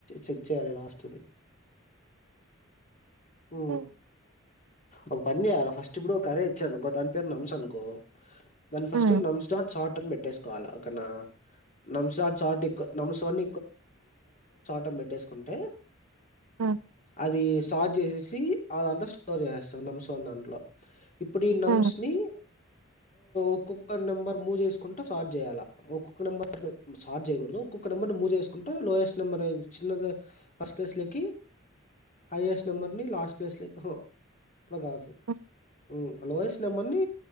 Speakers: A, on the left; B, on the right.
A: చెక్ చేయ లాస్ట్ ది ఉ
B: ఉమ్
A: ఒక పని చేయ్యాలి ఫస్ట్ ఇప్పుడు ఒక అరే ఇచ్చానుకో దాని పేరు <unintelligible> అనుకో దాని ఫస్ట్
B: ఉమ్
A: నమ్స్టట్ చార్ట్ అని పెట్టేసుకోవాల అని నమ్స్టట్ షార్ట్ నమ్స్న్ <unintelligible> అ పెట్టేసుకుంటే
B: ఉమ్
A: అది షార్ట్ చే ఆ దాంట్లో స్టోర్ చేసేస్తారు నమ్స్ దాంట్లో ఇప్పుడు ఈ నమ్స్
B: ఉమ్
A: ని ఒక్కొక్క నెంబర్ మూవ్ చేసుకుంట షార్ట్ చేయల ఒక్కొక్క నెంబర్ స్టర్ట్ చేయకూడదు ఒక్కొక్క ఒక నెంబర్ మూవ్ చేసుకుంటు లోయెస్ట్ నెంబర్ చిన్న ఫస్ట్ ప్లేస్ లోకి హైయెస్ట్ నెంబర్ ని లాస్ట్ ప్లేస్ <unintelligible>
B: ఉమ్
A: లోఎస్ట్ నెంబర్ని